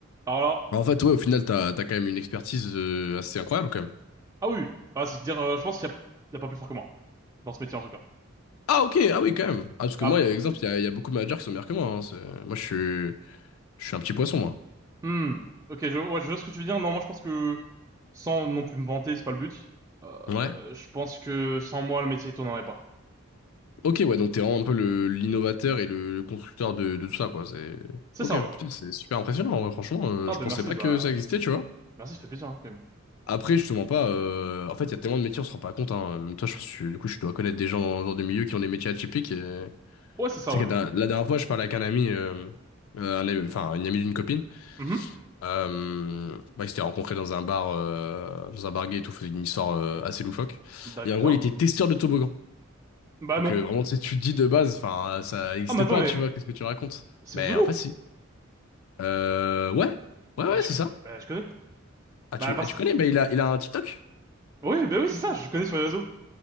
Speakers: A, on the right; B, on the left.
A: Alors là,
B: En fait, ouais, au final, t'as, t'as quand même une expertise euh, assez incroyable quand même.
A: ah oui. Ah, c'est dire, euh, je pense qu'il y a, il y a pas plus fort que moi, dans ce métier en tout cas.
B: Ah ok, ah oui quand même. Ah parce que
A: Ah,
B: moi, exemple, il y a, il y a beaucoup de managers qui sont meilleurs que moi. hein. C'est- Moi, je suis, je suis un petit poisson moi.
A: Hmm. Ok, je, ouais, je vois ce que tu veux dire. Non, moi je pense que sans non plus me vanter, c'est pas le but. Euh,
B: Ouais.
A: je pense que sans moi, le métier tournerait pas.
B: Ok, ouais, donc t'es vraiment un peu le l'innovateur et le, le constructeur de, de tout ça, quoi. C'est...
A: C'est
B: Ok,
A: ça, ouais.
B: putain, c'est super impressionnant, en vrai, franchement. euh,
A: Ah
B: je
A: bah
B: pensais
A: merci,
B: pas
A: bah
B: que ça existait, tu vois.
A: merci, ça fait plaisir hein, quand même.
B: Après, je te mens pas, euh, en fait, il y a tellement de métiers, on se rend pas compte, hein. Même toi, je pense que, du coup, je dois connaître des gens dans, dans des milieux qui ont des métiers atypiques. Et...
A: Ouais, c'est ça,
B: Tu
A: ouais.
B: sais que la, la dernière fois, je parlais avec un ami, euh, euh, un ami- enfin, une amie d'une copine.
A: Mhm.
B: Euh, bah, ils s'étaient rencontrés dans un bar, euh, dans un bar gay et tout, faisait une histoire euh, assez loufoque.
A: D'accord.
B: Et en gros, il était testeur de toboggan.
A: Bah
B: Donc
A: non.
B: euh, vraiment, tu sais, tu te dis de base, enfin, ça n'existe
A: Ah mais attends,
B: pas,
A: mais
B: tu vois, qu'est-ce que tu racontes?
A: c'est
B: Mais
A: Zulu.
B: en fait, si. Euh, ouais, ouais, ouais,
A: Bah je,
B: c'est
A: co-
B: ça.
A: bah, je connais.
B: Ah, tu,
A: Bah parce
B: ah, tu
A: que
B: connais, bah, il a, il a un TikTok?
A: oui, bah oui, c'est ça. Je connais sur les réseaux.